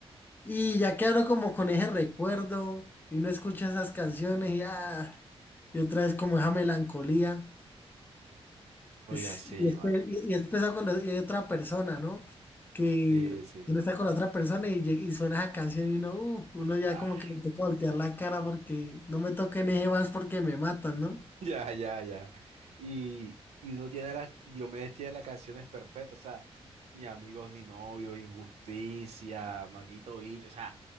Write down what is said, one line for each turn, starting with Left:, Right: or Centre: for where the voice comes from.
Left: Y ya quedaron como con ese recuerdo y uno escucha esas canciones y, ah, y otra vez como esa melancolía.
Right: Oiga,
Left: Es-
Right: sí,
Left: Y después,
Right: mano.
Left: y- y después está con hay otra persona, ¿no? Que
Right: Sí, sí.
Left: uno está con la otra persona y, lleg- y suena esa canción y uno, uh, uno ya
Right: Ah.
Left: como que le toca voltear la cara porque no me toquen ese vals porque me matan, ¿no?
Right: <laughs> Ya, ya, ya. Y, y uno tiene las, Diomedes tiene las canciones perfectas, o sea, ni amigos ni novios, injusticia, manguito bicho, o sea,